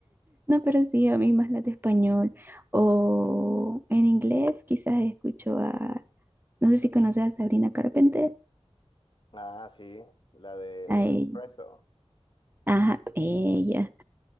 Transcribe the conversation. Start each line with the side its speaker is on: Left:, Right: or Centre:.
Right: No, pero sí, a mí más las de español o en inglés, quizás escucho a, no sé si conoces a Sabrina Carpenter,
Left: Ah, sí, la de
Right: a
Left: Espresso,
Right: Ajá, ella.